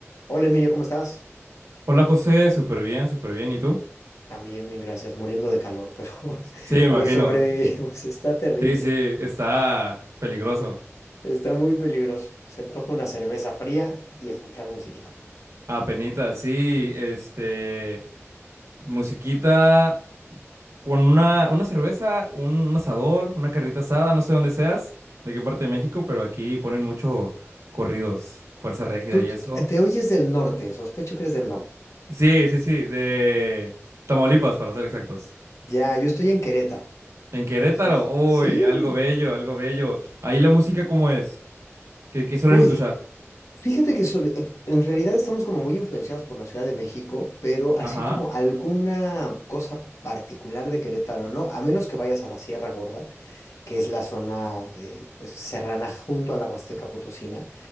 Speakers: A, on the left; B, on the right.
A: Hola Emilio, ¿cómo estás?
B: Hola José, súper bien, súper bien. ¿Y tú?
A: También bien, gracias, muriendo de calor, pero, <laughs>
B: Sí, me imagino.
A: pero sobrevivimos. Está terrible,
B: Sí, sí, está peligroso.
A: está muy peligroso. Se antoja una cerveza fría y escuchar musiquita.
B: Apenita, sí, este, musiquita con una, una cerveza, un, un asador, una carnita asada, no sé dónde seas, de qué parte de México, pero aquí ponen mucho corridos, Fuerza Régida
A: Tú
B: y
A: t-
B: eso.
A: te oyes del norte, sospecho que eres del norte.
B: Sí, sí, sí, de Tamaulipas, para ser exactos.
A: Ya, yo estoy en Querétaro.
B: En Querétaro,
A: Entonces,
B: uy,
A: sí.
B: algo bello, algo bello. Ahí la música, ¿cómo es? ¿Qué, qué suelen
A: Uy,
B: escuchar?
A: fíjate que sole- en realidad estamos como muy influenciados por la Ciudad de México, pero así
B: Ajá.
A: como alguna cosa particular de Querétaro, ¿no? A menos que vayas a la Sierra Gorda. que es la zona eh, pues serrana junto a la Huasteca Potosina,